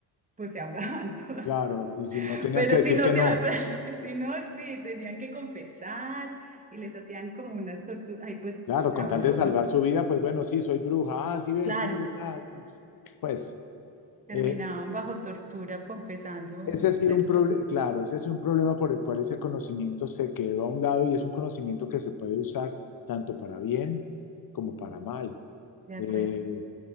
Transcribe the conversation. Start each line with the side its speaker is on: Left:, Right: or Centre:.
Right: pues se ahogaban <laughs> todas.
Left: Claro, y si no, tenían
Right: Pero
Left: que decir
Right: si no,
Left: que
Right: se,
Left: no.
Right: ah- <laughs> si no, sí, tenían que confesar y les hacían como unas torturas. Ay, pues,
Left: Claro,
Right: o sea,
Left: con tal
Right: horroroso.
Left: de salvar su vida, pues bueno, sí, soy bruja, ah, sí ves,
Right: Claro,
Left: sí, está. Pues
Right: terminaban
Left: eh,
Right: bajo tortura confesando
Left: ese ha sido
Right: ser
Left: un problema,
Right: brujas.
Left: claro, ese ha sido un problema por el cual ese conocimiento se quedó a un lado y es un conocimiento que se puede usar tanto para bien como para mal.
Right: De
Left: Eh,
Right: acuerdo.